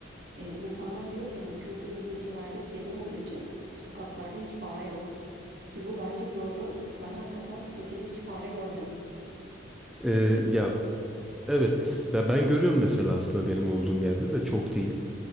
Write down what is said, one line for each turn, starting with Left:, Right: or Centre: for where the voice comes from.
Right: E, insanlar diyor ki hani Türkiye gibi ülkelerde kedi olduğu için sokaklarda hiç fare yok. Ki bu bence doğru. Ben hakikaten Türkiye'de hiç fare görmedim.
Centre: Ee, ya evet ben, ben görüyorum mesela aslında benim olduğum yerde de çok değil.